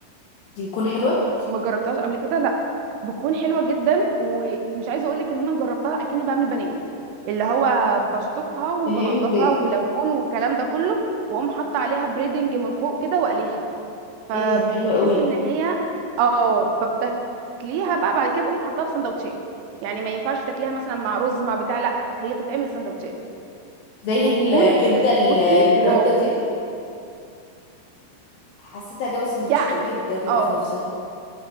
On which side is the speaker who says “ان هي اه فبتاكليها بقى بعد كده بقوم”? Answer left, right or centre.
Right